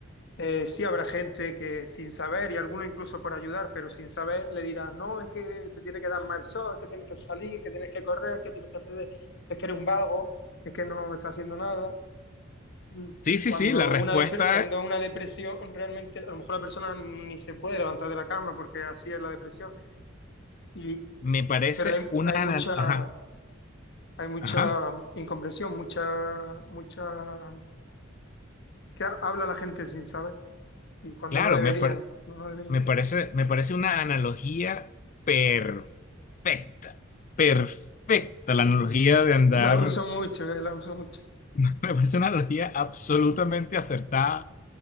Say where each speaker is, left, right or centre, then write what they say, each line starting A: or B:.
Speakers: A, on the left (about 60°); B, on the left (about 40°).
A: eh, sí habrá gente que sin saber, y algunos incluso por ayudar, pero sin saber, le dirá, no, es que te tiene que dar mal sol, es que tienes que salir, es que tienes que correr, es que tienes que hacer, de- es que eres un vago, es que no estás haciendo nada. Mm,
B: Sí, sí,
A: Cuando
B: sí, la respuesta
A: una, depre- cuando una depresión, realmente a lo mejor la persona ni se puede levantar de la cama porque así es la depresión. Y,
B: me parece
A: pero hay,
B: una...
A: hay
B: ana-
A: mucha,
B: Ajá,
A: hay mucha
B: ajá,
A: incomprensión, mucha, mucha, que ha- habla la gente sin saber y cuando
B: claro,
A: no deberían,
B: me, par-
A: cuando no deberían.
B: me parece, me parece una analogía perfecta, perfecta la analogía de andar
A: La uso mucho, eh, la uso mucho.
B: <laughs> Me parece una analogía absolutamente acertada.